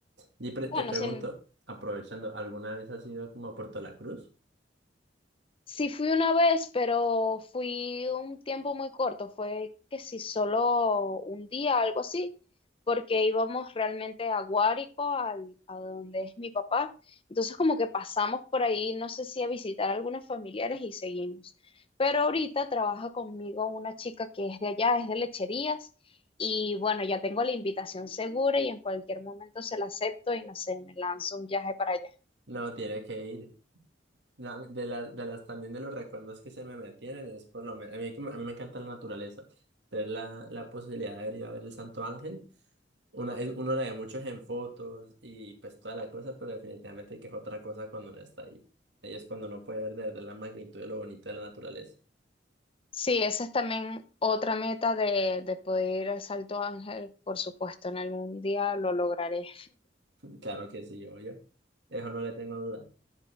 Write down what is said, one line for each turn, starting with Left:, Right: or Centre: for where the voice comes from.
Right: Y pre- te
Left: Bueno,
Right: pregunto,
Left: sin...
Right: aprovechando, ¿alguna vez has ido como a Puerto La Cruz?
Left: Sí fui una vez, pero fui un tiempo muy corto, fue que sí, solo un día, algo así, porque íbamos realmente a Guárico, al, a donde es mi papá. Entonces como que pasamos por ahí, no sé si a visitar a algunos familiares y seguimos. Pero ahorita trabaja conmigo una chica que es de allá, es de Lecherías, y bueno, ya tengo la invitación segura y en cualquier momento se la acepto y no sé, me lanzo un viaje para allá.
Right: No, tiene que ir. La- de, la- de las también de los recuerdos que se me mantienen es por lo menos, a mí, que me- a mí me encanta la naturaleza, tener la, la posibilidad de ir a ver el Santo Ángel. Una, es- uno la ve muchos en fotos y pues toda la cosa, pero definitivamente que es otra cosa cuando uno está ahí. Ahí es cuando uno puede ver de verdad la magnitud de lo bonito de la naturaleza.
Left: Sí, esa es también otra meta de, de poder ir al Salto Ángel, por supuesto, en algún día lo lograré.
Right: Claro que sí, obvio. Eso no le tengo duda.